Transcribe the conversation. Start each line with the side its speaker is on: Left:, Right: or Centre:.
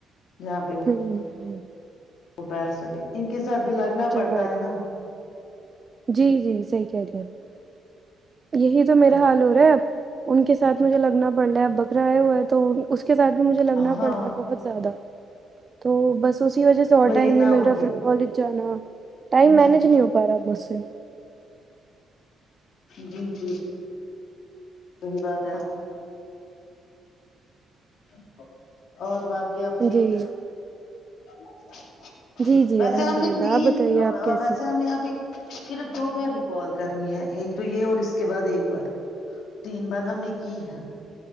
Left: جہاں پہ
Right: ھممم جی
Left: وہ بیٹھ سکے ان کے ساتھ بھی لگنا
Right: صحیح
Left: پڑتا
Right: بات
Left: ہے نا
Right: جی جی صحیح کہہ رہی ہیں یہی تو میرا
Left: تب
Right: حال ہو رہا ہے اب ان کے ساتھ مجھے لگنا پڑ رہا ہے بکراائے ہوا ہے تو تو کے ساتھ بھی مجھے لگنا
Left: ہاں
Right: پڑ رہا ہے بہت زیادہ تو بس اسی وجہ سے اور
Left: وہی
Right: ٹائم نہیں
Left: نا
Right: مل
Left: وہی
Right: رہا پھر کالج جانا ٹائم
Left: ہ
Right: مینج
Left: ہ
Right: نہیں ہو پا رہا مج سے
Left: جی جی صی بات ہے <inaudible> اور باقی اب ٹھیک
Right: جی
Left: <inaudible>
Right: جی جی
Left: ویسے
Right: الحمد
Left: ہم نے
Right: للہ
Left: تین
Right: آپ بتائیے آپ کیسی
Left: ویسے
Right: ہیں
Left: ہم نے ابھی صرف دو بار ہی کال کرنی ہے ایک تو یہ اور اس کے بعد ایک بار تین بار ہم نے کی ہے